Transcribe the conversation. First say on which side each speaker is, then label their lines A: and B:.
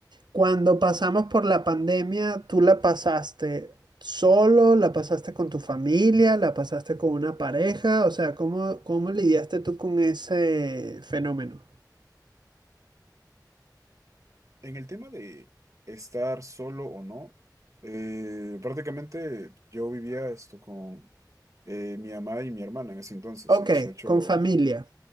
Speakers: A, on the right; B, on the right.
A: Cuando pasamos por la pandemia, ¿tú la pasaste solo? ¿La pasaste con tu familia? ¿La pasaste con una pareja? O sea, ¿cómo, cómo lidiaste tú con ese fenómeno?
B: En el tema de estar solo o no, eh, prácticamente yo vivía esto con eh, mi mamá y mi hermana en ese entonces.
A: Ok,
B: es, De hecho,
A: con familia.